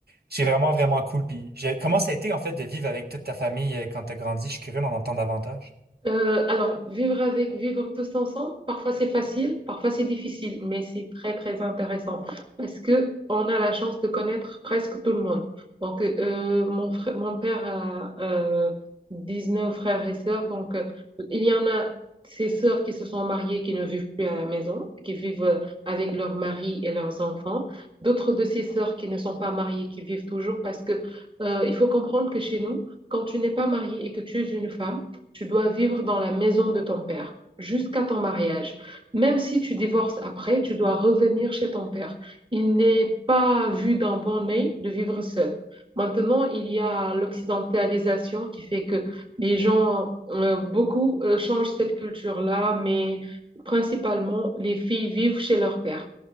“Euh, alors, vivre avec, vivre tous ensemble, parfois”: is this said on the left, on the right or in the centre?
Right